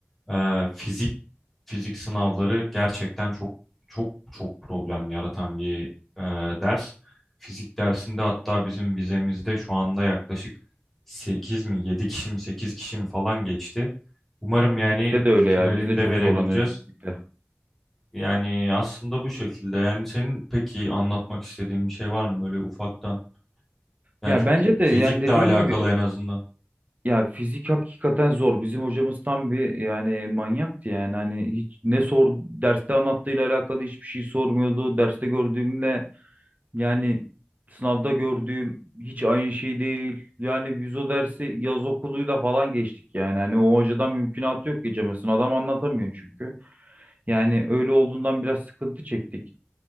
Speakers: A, in the centre; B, on the right.
A: e, fizik fizik sınavları gerçekten çok çok çok problem yaratan bir e, ders. Fizik dersinde hatta bizim vizemizde şu anda yaklaşık 8 mi 7 kişi mi 8 kişi mi falan geçti. Umarım
B: Bizde
A: yani
B: de öyle
A: finalinde
B: ya. Biz de çok
A: verebileceğiz.
B: zorlanıyoruz sizlikle.
A: Yani aslında bu şekilde. Yani senin peki anlatmak istediğin bir şey var mı böyle ufaktan? Yani
B: Ya
A: çünkü
B: bence de
A: fizikle
B: yani dediğin
A: alakalı
B: gibi
A: en azından.
B: Ya fizik hakikaten zor. Bizim hocamız tam bir yani manyaktı yani. Hani hiç ne sor derste anlattığıyla alakalı hiçbir şey sormuyordu. Derste gördüğümle yani sınavda gördüğüm hiç aynı şey değil. Yani biz o dersi yaz okuluyla falan geçtik yani. Hani o hocadan mümkünatı yok geçemezsin. Adam anlatamıyor çünkü. Yani öyle olduğundan biraz sıkıntı çektik.